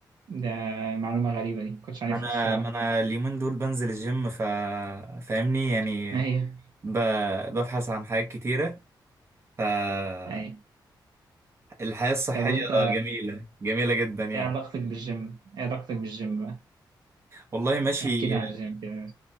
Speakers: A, on the right; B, on the right.
A: ده معلومة غريبة دي مكنتش عارفها
B: ما انا
A: الصراحة
B: ما انا اليومين دول بنزل الجيم ف فاهمني يعني
A: ايوه
B: ب... ببحث عن حاجات كتيرة فالحياة
A: ايوه
B: الصحية
A: طب وانت
B: جميلة جميلة جدا يعني
A: ايه علاقتك بالجيم؟ ايه علاقتك بالجيم بقى؟
B: والله ماشي
A: احكي لي عن الجيم كده